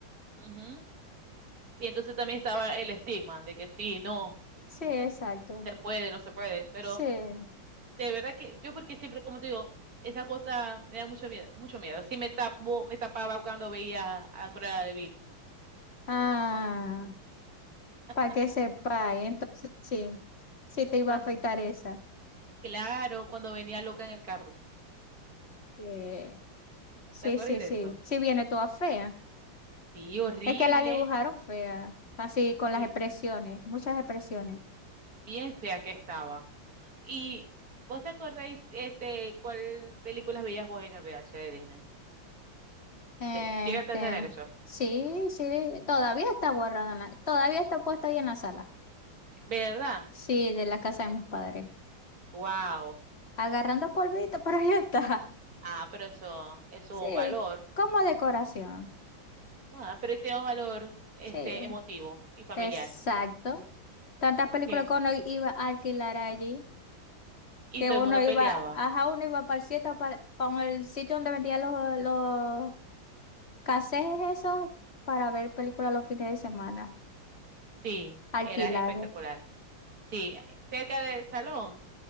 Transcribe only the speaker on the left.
Sí, exacto.
Sí.
Ah,
para que sepáis. Entonces, sí. Sí te iba
a afeitar esa.
Sí. Sí,
sí,
sí.
Sí viene toda fea.
Es que la dibujaron fea. Así con
las expresiones. Muchas expresiones.
Este.
Sí, sí. Todavía está guardada en la- Todavía está puesta ahí en la sala.
Sí, de la casa de mis padres.
Agarrando polvito, <laughs> pero ahí está.
Sí,
como decoración.
Sí.
Exacto. Tantas películas
que uno iba a alquilar allí,
que
uno
iba,
ajá, uno iba para el sitio, para, para el sitio donde vendían los, los casetes esos, para ver películas los fines de semana,
alquilar